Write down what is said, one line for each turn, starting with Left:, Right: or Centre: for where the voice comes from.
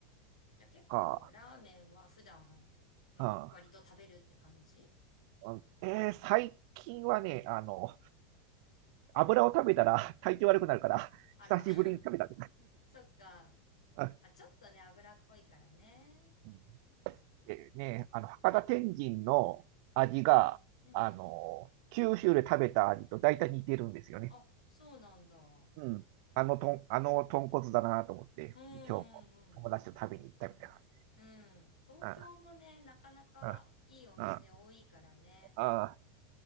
Left: じゃあ結構ラーメンは普段、
Right: ー、か、
Left: まあ割と食べるって感じ
Right: あー、うんえー、最近はね、あの、油を食べたら <laughs> 体調悪くなるから、<laughs>
Left: あら。
Right: 久しぶりに食べた。
Left: <laughs> そっか。
Right: <laughs> あ
Left: まあ、ちょっとね、脂っこいからね。
Right: うんでね、あの、博多天神の味が、
Left: うん。うん。
Right: あの、九州で食べた味と大体似てるんですよね。
Left: あ、そうなんだ。う
Right: うん。あの、とん、あの豚骨だなと思って、
Left: んうん
Right: 今日も友達と食べに行ったみたいな。
Left: うん。うん。東京もね、
Right: あ
Left: なかなかいいお店多いからね。
Right: あ、ああああ、